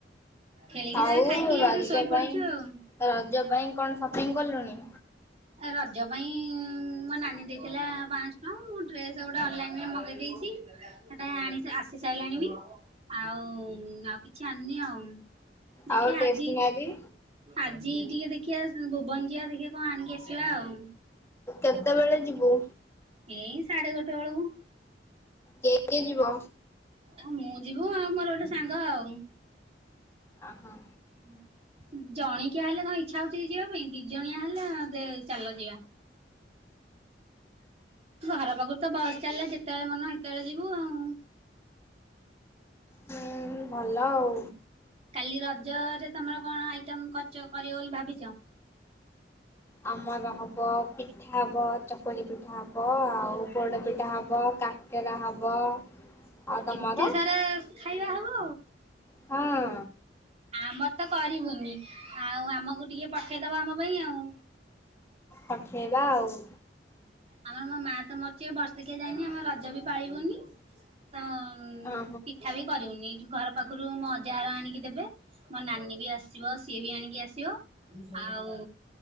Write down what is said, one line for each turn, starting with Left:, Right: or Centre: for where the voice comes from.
Right: ଖେଳିକି
Left: ଆଉ
Right: ତା ଖାଇକି
Left: ରଜ
Right: ଏଠୁ ଶୋଇପଡୁଛୁ
Left: ପାଇଁ
Right: ଆଉ।
Left: ରଜ ପାଇଁ କଣ ସପିଙ୍ଗ କଲୁଣି?
Right: ରଜ ପାଇଁ ମୋ ନାନୀ ଦେଇଥିଲା ପାଞ୍ଚହ ଟଙ୍କା ମୁଁ ଡ୍ରେସ୍ ଗୋଟେ ଅନଲାଇନ ରେ ମଗେଇ ଦେଇଛି ସେଟା ଆଣି ଆସି ସାରିଲାଣି ବି। ଆଉ ଆଉ କିଛି ଆଣିନି ଆଉ ଦେଖିଆ
Left: ଆଉ ଟେସନାରୀ
Right: ଆଜି ଆଜି ଟିକେ ଦେଖିଆ ଭୁବନ ଯିବା ଦେଖିବା କଣ ଆଣିକି ଆସିବା ଆଉ।
Left: କେତେବେଳେ ଯିବୁ?
Right: ଏଇ ସାଢେ ଗୋଟେ ବେଳକୁ।
Left: କେ କେ ଯିବ?
Right: ଆଉ ମୁଁ ଯିବୁ ଆଉ ମୋର ଗୋଟେ ସାଙ୍ଗ ଆଉ।
Left: ଆ ହଁ।
Right: ଉଁ। ଜଣିକିଆ ହେଲେ କ ଇଚ୍ଛା ହଉଛି ଯିବା ପାଇଁ ଦି ଜଣିଆ ହେଲେ ଦେ ଚାଲ ଯିବା। ଘର ପାଖୁରୁ ତ ବସ ଚାଲିଲା ଯେତେବେଳେ ମନ ହେତେବେଳେ ଯିବୁ ଆଉ।
Left: ହୁଁ ଭଲ ଆଉ।
Right: କାଲି ରଜରେ ତମର କଣ ଆଇଟମ୍ କଚ କରିବ ବୋଲି ଭାବିଛ?
Left: ଆମର ହବ ପିଠା ହବ, ଚକୁଳି ପିଠା ହବ, ଆଉ ପୋଡପିଠା ହବ, କାକେରା ହବ। ଆଉ ତମର?
Right: ଏତେ ସାରା ଖାଇବା ହବ।
Left: ହଁ
Right: ଆମର ତ କରିବୁନି ଆଉ ଆମକୁ ଟିକେ ପଠେଇଦବ ଆମ ପାଇଁ ଆଉ।
Left: ପଠେଇବା ଆଉ।
Right: ଆମେ ମୋ ମା ତ ମ ସିଏ ବର୍ଷିକିଆ ଯାଇନି ଆମ ରଜ ବି ପାଳିବୁନି ତ
Left: ହଁ
Right: ପିଠା ବି କରିବୁନି। ଘର ପାଖରୁ ମୋ ଅଜାଘର ଆଣିକି ଦେବେ। ମୋ ନାନୀ ବି ଆସିବ ସିଏ ବି ଆଣିକି ଆସିବ। ଆଉ